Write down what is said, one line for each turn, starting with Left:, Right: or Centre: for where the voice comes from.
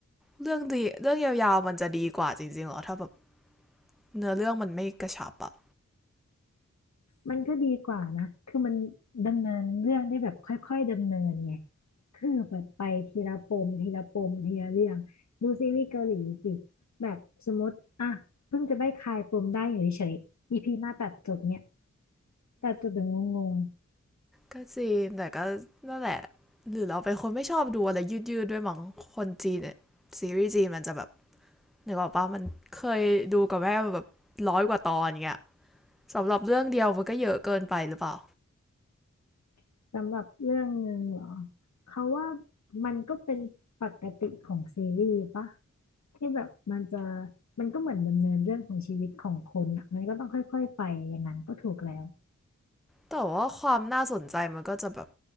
Centre: เรื่องดีเรื่องยาวๆมันจะดีกว่าจริงๆหรอถ้าแบบเนื้อเรื่องมันไม่กระชับอ่ะ
Left: มันก็ดีกว่านะคือมันดำเนินเรื่องได้แบบค่อยๆดำเนินไงคือแบบไปทีละปมทีละปมทีละเรื่องดูซีรีส์เกาหลีสิแบบสมมติอ่ะเพิ่งจะได้คลายปมได้อยู่เฉยๆ EP หน้าตัดจบเนี่ยตัดจบแบบงง
Centre: ก็จริงแต่ก็นั่นแหละหรือเราเป็นคนไม่ชอบดูอะไรยืดๆด้วยมั้งคนจีนเนี่ยซีรีส์จีนมันจะแบบนึกออกปะมันเคยดูกับแม่แบบร้อยกว่าตอนอย่างเงี้ยสำหรับเรื่องเดียวมันก็เยอะเกินไปหรือเปล่า
Left: ๆสำหรับเรื่องหนึ่งเหรอเขาว่ามันก็เป็นปกติของซีรีส์ปะที่แบบมันจะมันก็เหมือนดำเนินเรื่องของชีวิตของคนอ่ะมันก็ต้องค่อยๆไปอย่างนั้นก็ถูกแล้ว
Centre: แต่ว่าความน่าสนใจมันก็จะแบบ